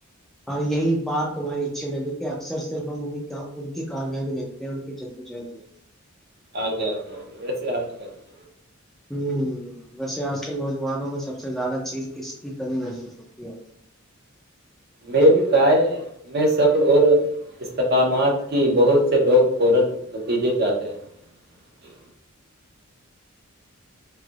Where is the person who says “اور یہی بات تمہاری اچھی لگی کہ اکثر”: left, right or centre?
Centre